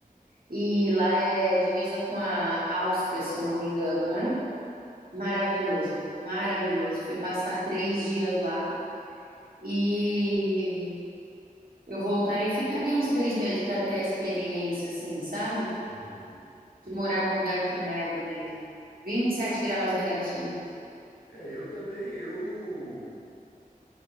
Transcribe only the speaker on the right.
E lá é divisa com a Áustria, se eu não me engano, né? Maravilhoso, maravilhoso. Fui passar três dias lá. E eu voltaria, ficaria uns três meses para ter a experiência, assim, sabe?
De morar num lugar que neva mesmo. vinte e sete graus negativos.